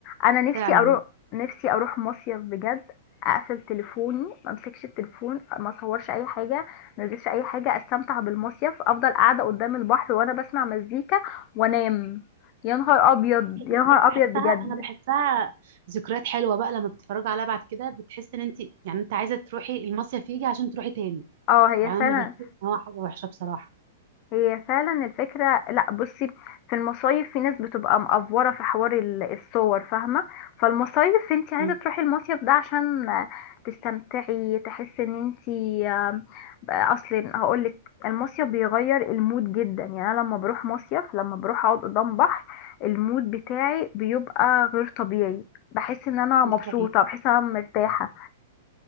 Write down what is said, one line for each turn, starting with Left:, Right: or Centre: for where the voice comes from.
Left: أنا نفسي
Right: فعلا
Left: أروح نفسي أروح مصيف بجد أقفل تليفوني ما أمسكش التليفون ما أصورش أي حاجة ما أنزلش أي حاجة أستمتع بالمصيف أفضل قاعدة قدام البحر وأنا بسمع مزيكا وأنام يا نهار أبيض
Right: إيه،
Left: يا
Right: ليه
Left: نهار
Right: ده انا بحسها
Left: أبيض بجد
Right: انا بحسها ذكريات حلوه بقى لما بتتفرجي عليها بعد كده بتحس ان انت يعني انت عايزه تروحي المصيف يجي عشان تروحي تاني
Left: اه هي
Right: يعني
Left: فعلا
Right: انا مش بشوف ان هو حاجه وحشه بصراحه
Left: هي فعلا الفكرة لا بصي في المصايف في ناس بتبقى مقفورة في حوار ال- الصور فاهمة فالمصايف انت عايزة
Right: امم
Left: تروحي المصيف ده عشان تستمتعي تحسي ان انت آم، اصل هقولك المصيف بيغير المود جدا يعني انا لما بروح مصيف لما بروح اقعد قدام بحر المود بتاعي بيبقى غير طبيعي بحس ان انا مبسوطة
Right: دي حقيقة
Left: بحس ان انا مرتاحة